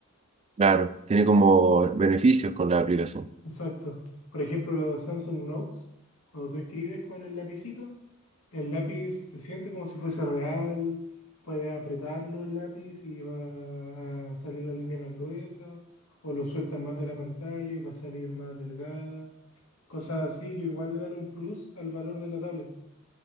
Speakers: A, on the right (about 30°); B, on the left (about 85°).
A: Claro, tiene como beneficios con la aplicación.
B: Exacto. Por ejemplo, los Samsung Notes, cuando tú escribes con el lapicito, el lápiz se siente como si fuese real, puedes apretarlo el lápiz y va a salir la línea más gruesa, o lo sueltas más de la pantalla y va a salir más delgada. Cosas así que igual le dan un plus al valor de la tablet.